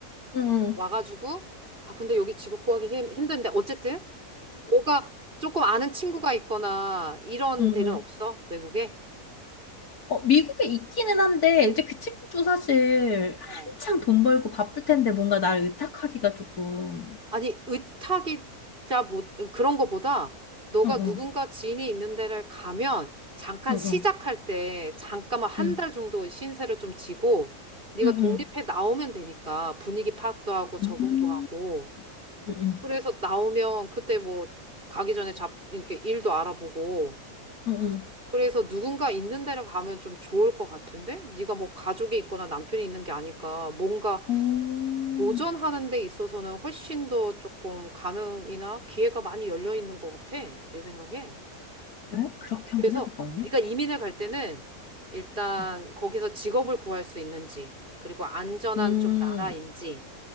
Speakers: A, on the left; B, on the right.
A: 응, 응,
B: 와가지고, 아, 근데 여기 직업 구하기 힘, 힘든데. 어쨌든, 너가 조금 아는 친구가 있거나 이런
A: 응.
B: 데는
A: 응.
B: 없어? 외국에?
A: 어, 미국에 있기는 한데, 이제 그 친구도 사실
B: 어.
A: 한창 돈 벌고 바쁠 텐데 뭔가 나를 의탁하기가 조금.
B: 아니, 의탁이자 뭐, 그런 거보다 너가
A: 응, 응,
B: 누군가 지인이 있는 데를 가면 잠깐
A: 응,
B: 시작할
A: 응,
B: 때 잠깐만 한
A: 응,
B: 달 정도 신세를 좀 지고 네가
A: 응,
B: 독립해
A: 응,
B: 나오면 되니까 분위기 파악도 하고 적응도
A: 음,
B: 하고
A: 응, 응,
B: 그래서 나오면 그때 뭐 가기 전에 잡 이렇게 일도 알아보고
A: 응. 응.
B: 그래서 누군가 있는 데를 가면 좀 좋을 것 같은데? 네가 뭐 가족이 있거나 남편이 있는 게 아니까 뭔가
A: 어,
B: 도전하는 데 있어서는 훨씬 더 조금 가능이나 기회가 많이 열려 있는 것 같아. 내 생각에.
A: 그래? 그렇게 한번
B: 그래서
A: 해볼까, 언니?
B: 네가 이민을 갈 때는 일단
A: 어.
B: 거기서 직업을 구할 수 있는지, 그리고 안전한
A: 음,
B: 좀 나라인지,